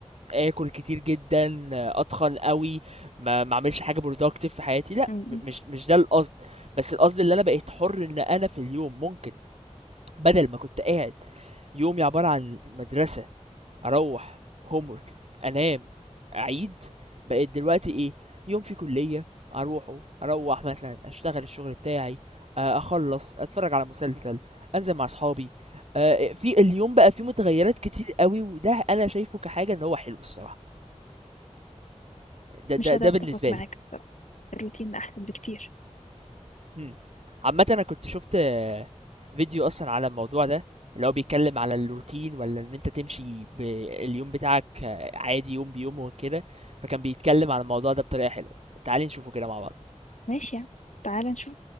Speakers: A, on the right; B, on the left.
A: اكل كتير جدا اتخن قوي ما ما اعملش حاجه productive في حياتي لا
B: م-
A: م- مش مش ده القصد بس القصد اللي انا بقيت حر ان انا في اليوم ممكن بدل ما كنت قاعد يومي عباره عن مدرسه اروح homework انام اعيد بقيت دلوقتي ايه يوم في كليه اروحه اروح مثلا اشتغل الشغل بتاعي آه، اخلص اتفرج على مسلسل انزل مع اصحابي آه، في اليوم بقى فيه متغيرات كتير قوي وده انا شايفه كحاجه ان هو حلو الصراحه ده
B: مش
A: ده
B: قادرة
A: ده
B: اتفق
A: بالنسبه
B: معاك
A: لي
B: الصراحة الروتين احسن بكتير
A: مم. عامه انا كنت شفت آه، فيديو اصلا على الموضوع ده اللي هو بيتكلم على الروتين ولا ان انت تمشي باليوم بتاعك آه، عادي يوم بيوم وكده فكان بيتكلم عن الموضوع ده بطريقه حلوه تعالي نشوفه كده مع بعض
B: ماشي يا عم. تعالى نشوف